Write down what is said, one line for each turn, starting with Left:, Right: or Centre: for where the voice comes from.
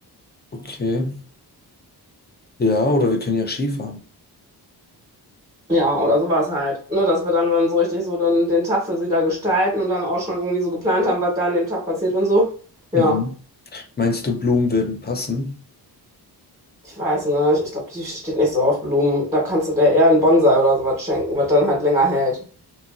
Left: Okay. Ja, oder wir können ja Skifahren.
Right: Ja, oder sowas halt. Ne, dass wir dann, dann so richtig so dann den Tag für sie da gestalten und dann auch schon irgendwie so geplant haben, was da an dem Tag passiert und so. Ja,
Left: Mhm. Meinst du, Blumen würden passen?
Right: ich weiß nicht. Ich glaube, die steht nicht so auf Blumen. Da kannst du der eher einen Bonsai oder sowas schenken, was dann halt länger hält.